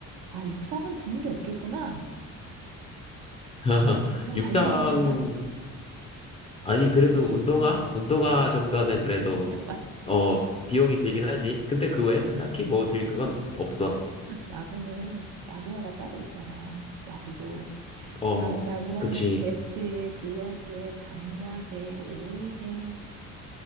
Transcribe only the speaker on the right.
아, 육상은 드는 게 없겠구나.
그냥
달리기만 하면 되나?
<laughs> 그동안
야구는 야구화가 따로 있잖아. 야구도.
야, 야구화에
배트에 글러브에 장갑에 옷에